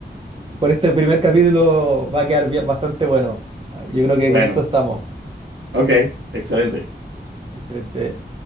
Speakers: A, on the right (about 30°); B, on the right (about 85°).
A: por este primer capítulo va a quedar bien- bastante bueno. Ah, Yo creo que
B: Bueno.
A: con esto estamos.
B: Ok, excelente.
A: Excelente.